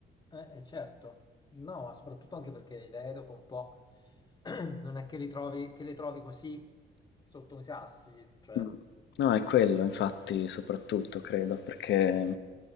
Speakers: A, on the left (about 20°); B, on the left (about 65°).
A: Eh, eh, certo, no, ma soprattutto anche perché le idee dopo un po' <clears throat> non è che, li trovi, che le trovi così sotto i sassi, cioè,
B: Mh. No, è quello infatti soprattutto credo, perché